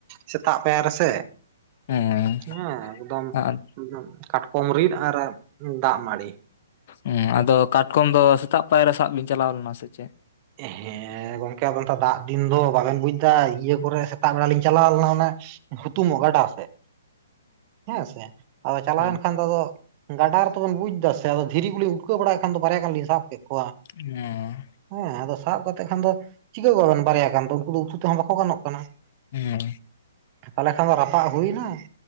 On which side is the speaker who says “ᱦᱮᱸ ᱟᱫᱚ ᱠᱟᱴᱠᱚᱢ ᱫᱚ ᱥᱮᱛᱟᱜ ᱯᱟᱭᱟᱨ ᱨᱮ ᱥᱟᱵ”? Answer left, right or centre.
Left